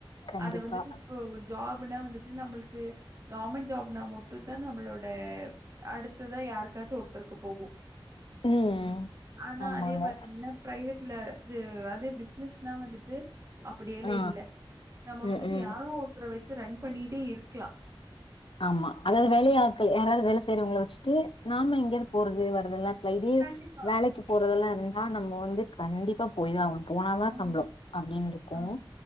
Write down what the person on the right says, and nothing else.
அத வந்துட்டு இப்ப ஜாப் புனா வந்துட்டு நம்மளுக்கு கவர்மெண்ட் ஜாப்னா மட்டு தா நம்மளோட அடுத்ததா யாருக்காச்சு ஒருத்தருக்கு போகு
ஆனா
அதே பாத்தீங்கன்னா பிரைவேட்லே <unintelligible> அதே பிஸ்னஸ்னா வந்துட்டு அப்டியெல்ல
இல்ல நம்ம வந்துட்டு
யாரோ ஒருத்தர வச்சு ரெண் பண்ணிட்டே இருக்கலா
கண்டிப்பா.
ஆமா,
ஆமா.